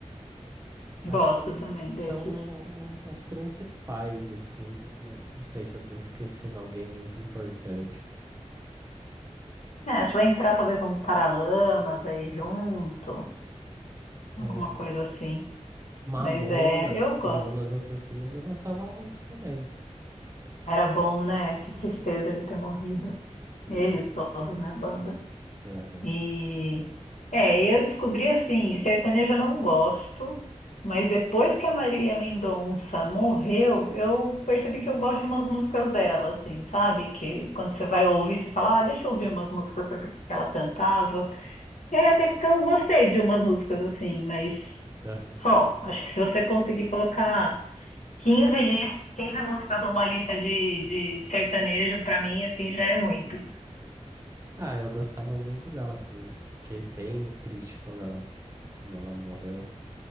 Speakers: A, on the right; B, on the left.
A: acho
B: Gosto
A: que
B: também desses.
A: são o- os principais, assim, né? Não sei se eu tô esquecendo alguém muito importante.
B: É, acho que vai entrar talvez um Paralamas aí junto,
A: É,
B: alguma coisa assim.
A: Mamonas,
B: Mas é, eu gosto.
A: Mamonas Assassinas eu gostava muito também.
B: Era bom, né? Que tristeza ele ter morrido.
A: Sim,
B: Eles todos na banda.
A: aham,
B: E é, eu descobri assim, sertanejo eu não gosto, mas depois que a Marília Mendonça morreu, eu percebi que eu gosto de umas músicas dela, assim, sabe? Que quando você vai ouvir, você fala, ah, deixa eu ouvir umas músicas pra ver o que que ela cantava. E aí até que eu gostei de umas músicas assim, mas
A: aham.
B: só. Acho que se você conseguir colocar 15 lis- 15 músicas numa lista de, de sertanejo, pra mim, assim, já é muito.
A: Ah, eu gostava muito dela também. Fiquei bem triste quando ela, quando ela morreu.